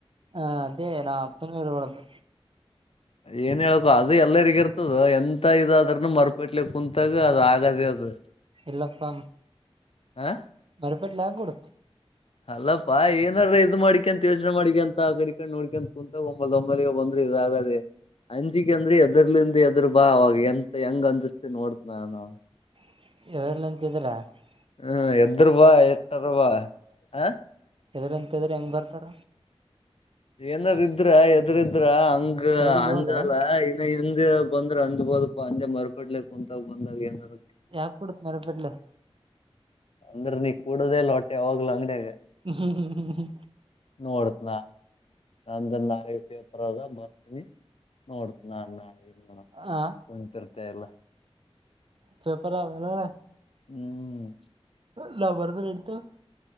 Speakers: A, on the right; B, on the left.
A: ಹ ಅದೇ ನಾ ಹತ್ತನೇ ರೋಡಂದ.
B: ಏನೇ ಹೇಳ್ಕು ಅದು ಎಲ್ಲರಿಗಿರ್ ತ್ತದೊ ಎಂತ ಇದಾದ್ರುನೂ ಮರುಪಿಟ್ಲಿ ಕುಂತಾಗ ಅದಾಗದೇ ಅದು.
A: ಇಲ್ಲಪ್ಪ
B: ಹ
A: ಬರ್ ಬಟ್ಲಾಗುಡುತ್
B: ಅಲ್ಲಪ್ಪಾ ಏನಾರ ಇದ್ ಮಾಡಿಕಂತ ಯೋಚನೆ ಮಾಡಿಕಂತ ಆ ಕಡೆ ಕಡೆ ನೋಡ್ಕಂತ ಕುಂತ ಒಂಬಲ್ ಒಂಬಲ್ಲಿಗ ಬಂದ್ರ ಇದಾಗದೆ ಅಂಜಿಕ ಅಂದ್ರಿ ಎದರ್ಲಿಂದ ಎದ್ರ ಬಾ ಅವಾಗ ಎಂತ ಹೆಂಗ್ ಅನ್ಜಿಸತಿ ನೋಡತ ನಾನು.
A: <unintelligible>
B: ಹ್ಮ್ ಎದ್ರು ಬಾ ಎಟ್ಟಾರ ಬಾ. ಹಾ
A: ಎದರಂತರ ಹೆಂಗ ಬರ್ತಾರ?
B: ಏನರ ಇದ್ರ ಎದ್ರಿದ. ಇದ್ರ ಹಂಗ
A: ಸೈಡಿಗೆ
B: ಅಂಜಾಲ
A: ಹೋಗಲ್ಲ
B: ಇನ್ನ ಇ ಹಂದೆ ಹೇಳ ಬಂದ್ರ ಅಜ್ಬೋದಪ್ಪಾ ಅಂದೆ ಮರುಪಡ್ಲಿ ಕುಂತಾಗ ಬಂದಾಗ ಏನರ.
A: ಯಾವ ಕೂಡತ ಮರಬಟ್ಲೆ.
B: ಅಂದ್ರೆ ನೀ ಕೂಡದೇಲ್ಲೋ ಹೊಟ್ಟೆ ಯಾವಾಗ್ಲ ಅಂಗಡ್ಯಾಗ.
A: ಅಹ್ ಹ್ಮ್ ಹ್ಮ್ ಹ್ಮ.
B: ನೋಡಪ್ಲಾ. ಅಂದ್ರ ನಾಳೆ ಪೇಪರ್ ಅದ ಬರ್ತೀನಿ ನೋಡ್. ನಾನ್ನಾ ನಾವೇನ ಮಾಡೋನ
A: ಆ
B: ಕುಂನ್ತಿರ್. ತ್ತೇ ಎಲ್ಲಾ.
A: ಫೇಫರಾ ಇಲ್ಲ್ ನೋಡ.
B: ಹ್ಮ್.
A: ಲ್ಲಾ ಬರ್ದು ರೇಡ್ತು.